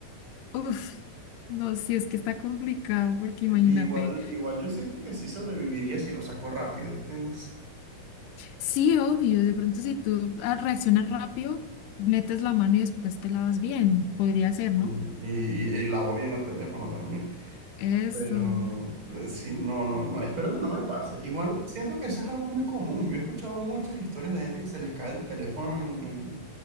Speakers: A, on the left; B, on the right.
A: Uf, no, sí es que está complicado, porque
B: I-
A: imagínate,
B: Igual, igual yo siento que sí sobreviviría si lo saco rápido, ¿entiendes?
A: sí, obvio, de pronto si tú ah, reaccionas rápido, metes la mano y después te lavas bien, podría ser,
B: Ujú.
A: ¿no?
B: Y, y, y lavo bien el teléfono también.
A: Eso,
B: Pero eh, sí, no, no, no, espero que no me pase. Igual siento que eso es algo muy común. Yo he escuchado muchas historias de gente que se les cae el teléfono en, en-